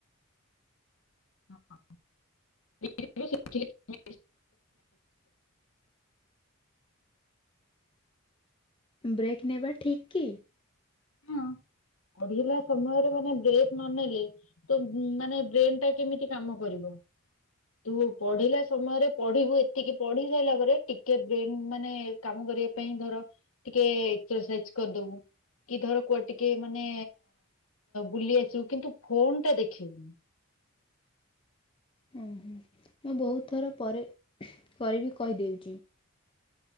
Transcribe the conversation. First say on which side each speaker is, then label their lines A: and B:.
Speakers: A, on the left (about 75°); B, on the left (about 25°).
A: <inaudible> <inaudible>
B: ବ୍ରେକ୍ ନେବା ଠିକ୍ କି
A: ହଁ ପଢିଲା ସମୟରେ ମାନେ ବ୍ରେକ୍ ନନେଲେ ତ ମାନେ ବ୍ରେନ ଟା କେମିତି କାମ କରିବ। ତୁ ପଢିଲା ସମୟରେ ପଢିବୁ ଏତିକି ପଢି ସାରିଲା ପରେ ଟିକେ ବ୍ରେନ ମାନେ କାମ କରିବା ପାଇଁ ଧର ଟିକେ ଏକ୍ସରସାଇଜ କରିଦବୁ। କି ଧର କୁଆ ଟିକେ ମାନେ ବୁଲି ଆସିବୁ କିନ୍ତୁ ଫୋନ ଟା ଦେଖିବୁନି।
B: ଓହ ମୁଁ ବହୁତ ଥର ପରେ କରିବି କହିଦେଉଛି।